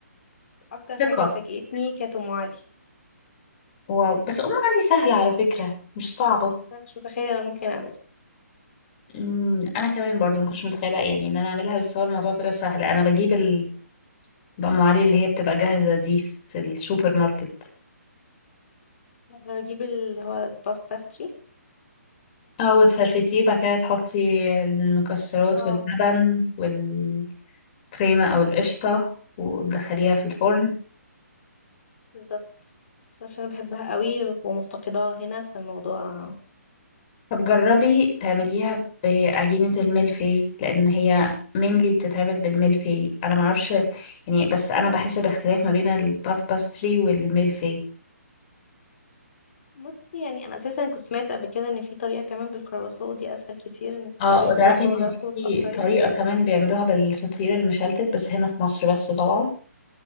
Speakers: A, on the left; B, on the left.
A: بس اكتر حاجه
B: ثقه
A: فاجئتني كانت ام علي
B: واو بس ام علي سهله على فكره مش صعبه
A: بس انا مش متخيله انا ممكن اعملها
B: أمم، انا كمان برضو ما كنتش متخيله يعني ان انا اعملها بس هو الموضوع طلع سهل انا بجيب ال- ام علي اللي هي بتبقى جاهزه دي في السوبر ماركت
A: اجيب اللي هو باف باستري
B: اه وتفرفتيه بعد كده تحطي المكسرات
A: اه
B: واللبن والكريمة أو القشطة وتدخليها في الفرن
A: بالظبط بس عشان انا بحبها قوي ومفتقداها هنا في الموضوع
B: طب جربي تعمليها بعجينة الملفي لأن هي mainly بتتعمل بالملفي أنا معرفش يعني بس أنا بحس باختلاف ما بين الباف باستري والملفي
A: بصي يعني انا اساسا كنت سمعت قبل كده ان في طريقه كمان بالكرواسون دي اسهل كتير انك تجيبي
B: اه
A: الكرواسون
B: وتعرفي إن
A: ده نفسه وتقطعيه
B: في طريقة كمان بيعملوها بالفطير المشلتت بس هنا في مصر بس طبعا